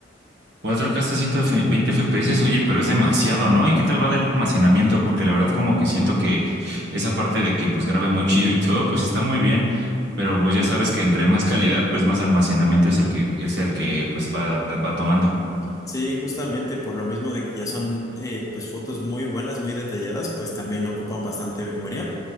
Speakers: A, on the right; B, on the left.
A: 4K hasta 120 FPS, oye, pero es demasiado, ¿no? ¿Y qué tal va del almacenamiento? Porque la verdad como que siento que esa parte de que pues grabe muy chido y todo, pues está muy bien, pero pues ya sabes que entre más calidad, pues más almacenamiento es el que es el que pues va, va tomando.
B: Sí, justamente por lo mismo de que ya son eh, pues fotos muy buenas, muy detalladas, pues también ocupan bastante memoria.